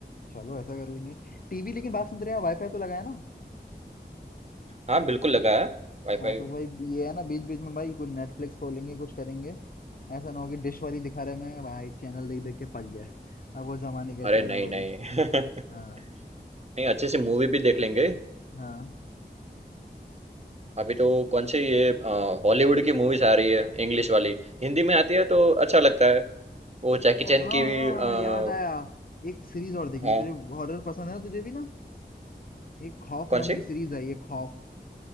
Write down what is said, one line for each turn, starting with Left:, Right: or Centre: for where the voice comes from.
Left: चलो ऐसा कर लेंगे टीवी लेकिन बात सुन तेरे यहाँ वाईफाई तो लगाया ना
Right: हाँ बिल्कुल लगा है वाईफाई
Left: हाँ तो भाई ये है ना बीच बीच में भाई कुछ नेटफ्लिक्स खोलेंगे कुछ करेंगे ऐसा ना हो कि डिश वाली दिखा रहे मैं भाई चैनल देख देख के पक गया अब वो जमाने के
Right: अरे
Left: चैनल
Right: नहीं
Left: हो
Right: नहीं
Left: गए हाँ
Right: <laughs> नहीं अच्छे से मूवी भी देख लेंगे
Left: हाँ
Right: अभी तो कौन सी ये हॉलीवुड की मूवीज आ रही है इंग्लिश वाली हिंदी में आती है तो अच्छा लगता है वो जैकी
Left: अरे
Right: चैन
Left: हाँ
Right: की भी,
Left: हाँ
Right: अ,
Left: याद आया एक सीरीज और देखेंगे
Right: हाँ
Left: तुझे हॉरर पसंद है ना तुझे भी ना एक खौफ
Right: कौन
Left: नाम
Right: सी
Left: की सीरीज आई है खौफ